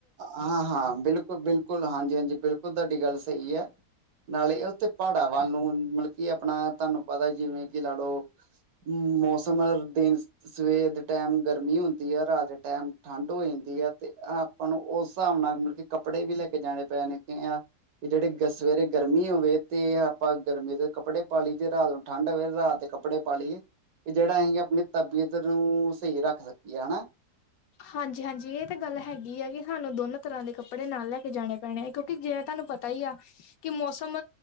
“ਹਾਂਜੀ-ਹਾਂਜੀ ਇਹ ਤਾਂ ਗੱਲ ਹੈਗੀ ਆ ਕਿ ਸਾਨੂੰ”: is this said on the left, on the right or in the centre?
Left